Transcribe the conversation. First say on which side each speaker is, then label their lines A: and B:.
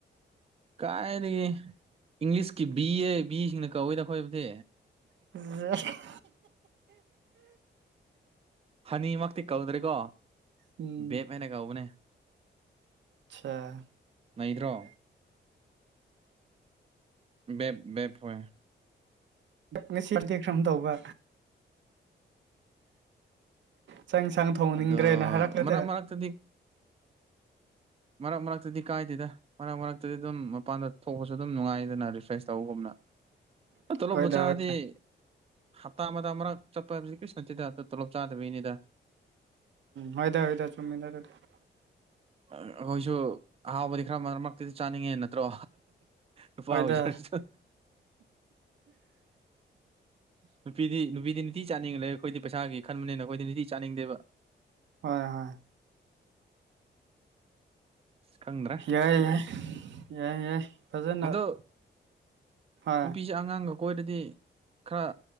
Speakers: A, on the right; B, on the right.
A: ꯀꯥꯏꯗꯒꯤ ꯏꯪꯂꯤꯁꯀꯤ ꯕꯤ ꯑꯦ ꯕꯤꯁꯤꯡꯅ ꯀꯧꯋꯦꯗꯈꯣꯏꯕꯨꯗꯤ
B: <inaudible> <unintelligible>
A: ꯍꯅꯤꯃꯛꯇꯤ ꯀꯧꯗ꯭ꯔꯦꯀꯣ
B: ꯎꯝ
A: ꯕꯦꯞ ꯍꯥꯏꯅ ꯀꯧꯕꯅꯦ
B: ꯑꯁꯥ
A: ꯅꯩꯗ꯭ꯔꯣ ꯕꯦꯞ ꯕꯦꯞ <unintelligible>
B: ꯉꯁꯤ ꯄꯔꯇꯤ ꯀ꯭ꯔꯝ ꯇꯧꯕ ꯆꯥꯡ ꯌꯦꯟꯁꯥꯡ ꯊꯣꯡꯍꯟꯅꯤꯡꯗ꯭ꯔꯦꯅ
A: ꯑꯗꯣ
B: ꯍꯥꯏꯔꯛꯂꯗꯤ
A: <unintelligible> ꯃꯔꯛ ꯃꯔꯛꯇꯗꯤ ꯀꯥꯏꯗꯦꯗ ꯃꯔꯛ ꯃꯔꯛꯇꯗꯤ ꯑꯗꯨꯝ ꯃꯄꯥꯟꯗ ꯊꯣꯡꯄꯁꯨ ꯑꯗꯨꯝ ꯅꯨꯡꯉꯥꯏꯗꯅ ꯔꯤꯐ꯭ꯔꯦꯁ ꯇꯧꯕꯒꯨꯝꯅ
B: <inaudible>
A: ꯇꯣꯂꯣꯞꯄꯨ ꯆꯥꯔꯗꯤ
B: ꯍꯣꯏꯗ
A: ꯍꯞꯇꯥ ꯑꯃꯗ ꯑꯃꯔꯛ ꯆꯠꯄ ꯍꯥꯏꯗꯨꯗꯤ ꯀ꯭ꯔꯤꯁꯨ ꯅꯇꯤꯗ ꯑꯗꯨ ꯇꯣꯂꯞ ꯆꯥꯗꯕꯤꯒꯤꯅꯤꯗ
B: ꯍꯣꯏꯗ ꯍꯣꯏꯗ ꯆꯨꯝꯃꯤꯗ ꯑꯗꯨꯗꯤ
A: ꯑꯩꯈꯣꯏꯁꯨ ꯑꯍꯥꯎꯕꯗꯤ ꯈꯔ ꯃꯔꯛ ꯃꯔꯛꯇꯗꯤ ꯆꯥꯅꯤꯡꯉꯦ ꯅꯠꯇ꯭ꯔꯣ ꯅꯨꯄꯥ
B: ꯍꯣꯏꯗ
A: ꯑꯣꯏꯖꯔꯁꯨ ꯅꯨꯄꯤꯗꯤ ꯅꯨꯄꯤꯗꯤ ꯇꯤ ꯆꯥꯅꯤꯡꯂꯦ ꯑꯩꯈꯣꯏꯗꯤ ꯄꯩꯁꯥꯒꯤ ꯈꯟꯕꯅꯤꯅ ꯑꯩꯈꯣꯏꯗꯤ ꯅꯨꯡꯇꯤ ꯆꯥꯅꯤꯡꯗꯦꯕ
B: ꯍꯣꯏ ꯍꯣꯏ
A: ꯈꯪꯗ꯭ꯔꯥ
B: ꯌꯥꯏ ꯌꯥꯏ ꯌꯥꯏ ꯌꯥꯏ ꯐꯖꯅ
A: ꯑꯗꯣ
B: ꯍꯣꯏ
A: ꯅꯨꯄꯤꯁꯦ ꯑꯉꯥꯡꯒ ꯀꯣꯏꯔꯗꯤ ꯈꯔ